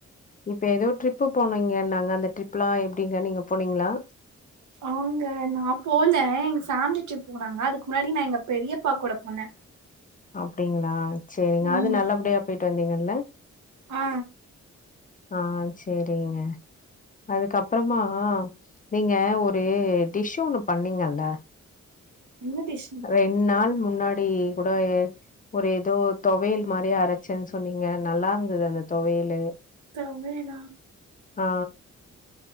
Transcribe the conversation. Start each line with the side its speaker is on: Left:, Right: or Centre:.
Left: இப்ப எதோ ட்ரிப்பு போனீங்கன்னாங்க அந்த ட்ரிப்புலா எப்டிங்க நீங்க போனீங்ளா
Right: ஆங்க நா போல எங்க ஃபேம்லி ட்ரிப் போனாங்க அதுக்கு முன்னாடி நா எங்க பெரியப்பா கூட போனே
Left: அப்டிங்ளா சேரிங்க
Right: ம்
Left: அது நல்லபடியா போயிட்டு வந்தீங்கள்ல
Right: ஆ
Left: ஆ சேரிங்க அதுக்கப்றமா நீங்க ஒரு டிஷ் ஒன்னு பண்ணீங்கல்ல
Right: என்ன டிஷ்
Left: ரெண்டு நாள் முன்னாடி கூடயே ஒரு எதோ தொவையல் மாரி அரைச்சன் சொன்னீங்க நல்லா இருந்தது அந்த தொவையலு
Right: தொவையலா
Left: ஆ